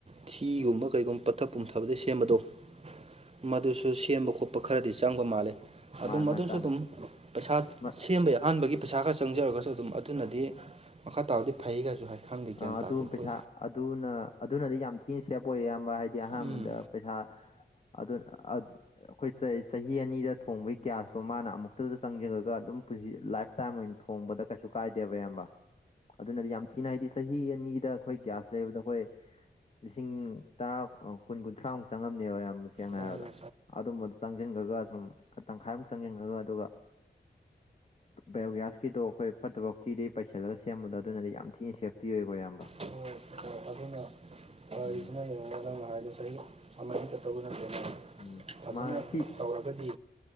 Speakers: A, on the right; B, on the left.
A: ꯊꯤꯒꯨꯝꯕ ꯀꯩꯒꯨꯝꯕ ꯄꯠꯊꯛ ꯄꯨꯝꯊꯕꯗꯤ ꯁꯦꯝꯕꯗꯣ ꯃꯗꯨꯁꯨ ꯁꯦꯝꯕ ꯈꯣꯠꯄ ꯈꯔꯗꯤ ꯆꯪꯕ ꯃꯥꯜꯂꯦ ꯑꯗꯨꯝ
B: ꯃꯥꯅꯤ ꯃꯥꯅꯤ
A: ꯑꯗꯨꯁꯨ
B: ꯆꯪꯉꯦ
A: ꯑꯗꯨꯝ ꯄꯩꯁꯥ
B: ꯃꯥ
A: ꯁꯦꯝꯕ ꯌꯥ ꯑꯍꯥꯟꯕꯒꯤ ꯄꯩꯁꯥ ꯈꯔ ꯆꯪꯖꯔꯒꯁꯨ ꯑꯗꯨꯝ ꯑꯗꯨꯅꯗꯤ ꯃꯈꯥ ꯇꯥꯔꯗꯤ ꯐꯩꯒꯁꯨ ꯍꯥꯏ ꯈꯪꯗꯦ
B: ꯑ
A: ꯒ꯭ꯌꯥꯟ
B: ꯑꯗꯨ
A: ꯇꯥꯗꯦ ꯑꯩꯈꯣꯏ
B: ꯄꯩꯁꯥ ꯑꯗꯨꯅ ꯑꯗꯨꯅꯗꯤ ꯌꯥꯝ ꯊꯤꯅ ꯁꯦꯕ ꯑꯣꯏ ꯑꯌꯥꯝꯕ ꯍꯥꯏꯗꯤ ꯑꯍꯥꯟꯕꯗ
A: ꯎꯝ
B: ꯄꯩꯁꯥ ꯑꯗꯨ ꯑꯩꯈꯣꯏ ꯆꯍꯤ ꯑꯅꯤꯗ ꯊꯣꯡꯕꯒꯤ ꯒ꯭ꯌꯥꯁꯇꯣ ꯃꯥꯅ ꯑꯃꯨꯛꯇꯗ ꯆꯪꯁꯤꯉꯒ ꯑꯗꯨꯝ ꯄꯨꯟꯁꯤ ꯂꯥꯏꯐ ꯇꯥꯏ꯭ꯝ ꯑꯣꯏꯅ ꯊꯣꯡꯕꯗ ꯀꯩꯁꯨ ꯀꯥꯏꯗꯦꯕ ꯑꯌꯥꯝꯕ ꯑꯗꯨꯅꯗꯤ ꯌꯥꯝ ꯊꯤꯅ ꯍꯥꯏꯗꯤ ꯆꯍꯤ ꯑꯅꯤꯗ ꯑꯩꯈꯣꯏ ꯒ꯭ꯌꯥꯁ ꯂꯩꯕꯗ ꯑꯩꯈꯣꯏ ꯂꯤꯁꯤꯡ ꯇꯔꯥ ꯀꯨꯟ ꯀꯨꯟꯊ꯭ꯔꯥꯃꯨꯛ ꯆꯪꯉꯝꯅꯦꯕ ꯌꯥꯝ ꯁꯦꯡꯅ
A: ꯑꯗꯨꯅ
B: ꯍꯥꯏꯔꯕꯗ ꯑꯗꯨꯝ ꯆꯪꯁꯤꯟꯈꯒ ꯁꯨꯝ ꯈ ꯇꯪꯈꯥꯏꯃꯨꯛ ꯆꯪꯁꯤꯟꯉꯒ ꯑꯗꯨꯒ ꯕꯥꯏꯑꯣꯒ꯭ꯌꯥꯁꯀꯤꯗꯣ ꯑꯩꯈꯣꯏ ꯐꯠꯇꯕ ꯐꯥꯎꯇꯤꯗꯩ ꯄꯩꯁꯗꯔ ꯁꯦꯝꯕꯗꯣ ꯑꯗꯨꯅꯗꯤ ꯌꯥꯝ ꯊꯤꯅ ꯁꯦꯝꯞꯈꯤ ꯇꯤ ꯑꯣꯏꯌꯦꯀꯣ ꯑꯌꯥꯝꯕ
A: ꯣꯏ ꯑ ꯑꯗꯨꯅ <inaudible> ꯋꯥꯔꯤꯔꯤꯁꯤꯅ
B: ꯎꯝ
A: ꯌꯦꯡꯉꯉꯗꯪꯅ ꯍꯥꯏꯗꯨ ꯆꯍꯤ ꯑꯃ ꯀ ꯇꯧꯕ ꯅꯗꯦꯅ
B: ꯎꯝ
A: ꯐꯖꯅ
B: ꯃꯥ ꯁꯤ
A: ꯇꯧꯔꯒꯗꯤ